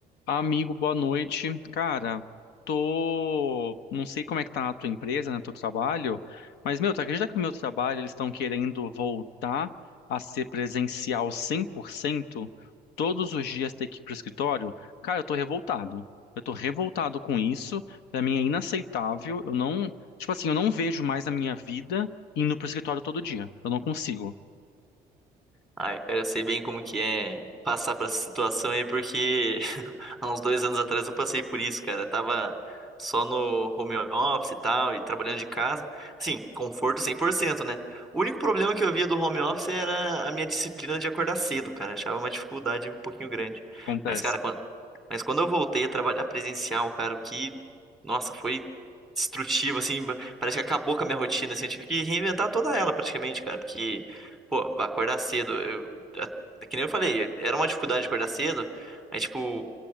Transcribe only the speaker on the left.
Amigo, boa noite. Cara, tô. Não sei como é que tá a tua empresa, né? Teu trabalho. Mas, meu, tu acredita que no meu trabalho eles estão querendo voltar a ser presencial cem por cento Todos os dias ter que ir pro escritório? Cara, eu tô revoltado. Eu tô revoltado com isso. Pra mim é inaceitável. Eu não. Tipo assim, eu não vejo mais a minha vida indo pro escritório todo dia. Eu não consigo.
Acontece.